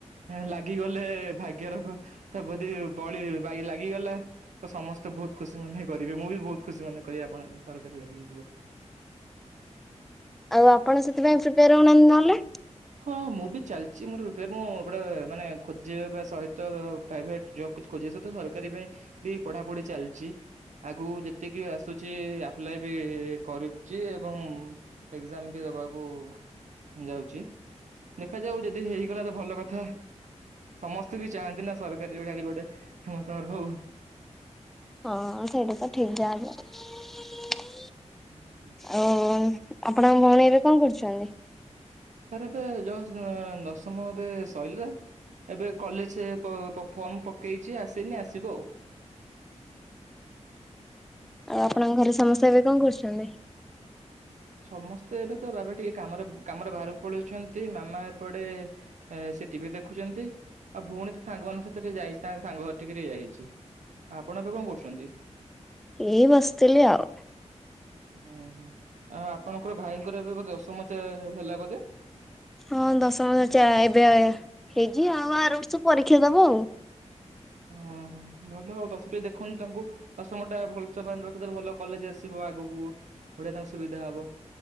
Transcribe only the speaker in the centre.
ଆଉ ଆପଣ ସେଥିପାଇଁ ପ୍ରିପେୟାର ହଉନାହାନ୍ତି ନହେଲେ।
ହଁ ସେଇଟା ତ ଠିକ ଯାହେଲେ।
ଆଉ ଆପଣଙ୍କ ଭଉଣୀ ଏବେ କଣ କରୁଛନ୍ତି?
ଆଉ ଆପଣଙ୍କ ଘରେ ସମସ୍ତେ ଏବେ କଣ କରୁଛନ୍ତି?
ଏଇ ବସିଥିଲି ଆଉ।
ହଁ ଦଶମ ଚା ଏବେ ଆ ହେଇଛି ଆଉ ଆର ବର୍ଷ ପରୀକ୍ଷା ଦବ ଆଉ।